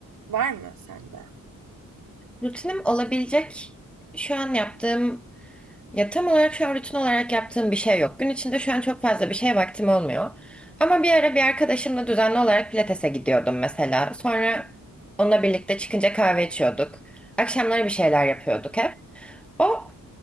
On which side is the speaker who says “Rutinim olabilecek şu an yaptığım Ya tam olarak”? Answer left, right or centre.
Centre